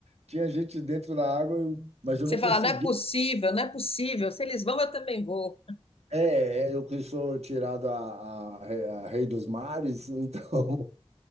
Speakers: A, on the right; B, on the left.
A: tinha gente dentro da água, eu- mas eu
B: Você
A: não conseguia.
B: fala, não é possível, não é possível. Se eles vão, eu também vou.
A: É, é, eu que sou tirado a, a, re- a rei dos mares, então,